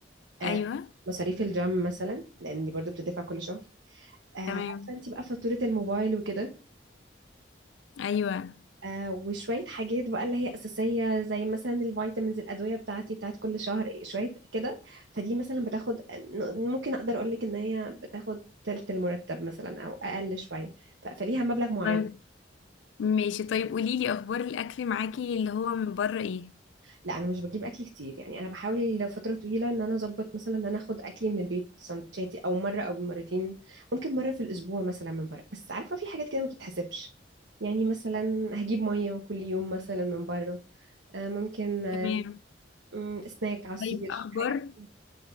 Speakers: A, on the right (about 85°); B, on the left (about 85°).
A: آه
B: أيوه
A: مصاريف الجيم مثلا لاني برضو بتدفع كل شهر آه
B: تمام
A: عارفه انت بقى فاتوره الموبايل وكده
B: أيوه
A: آه وشويه حاجات بقى اللي هي اساسيه زي مثلا الفيتامينز الادويه بتاعتي بتاعت كل شهر شويه كده فدي مثلا بتاخد ممكن اقدر اقول لك ان هي بتاخد تلت المرتب مثلا او اقل شويه ف- فليها مبلغ معين
B: طيب ماشي طيب قولي لي اخبار الاكل معاكي اللي هو من بره ايه
A: لا انا مش بجيب اكل كتير يعني انا بحاول فتره طويله ان انا اظبط مثلا ان انا اخد اكلي من البيت سندوتشاتي او مره او مرتين ممكن مره في الاسبوع مثلا من بره بس عارفه في حاجات كده ما بتتحسبش يعني مثلا هجيب ميه كل يوم مثلا من بره آه، ممكن آه،
B: تمام
A: مم، سناك عصير
B: طيب اخبار
A: حاجات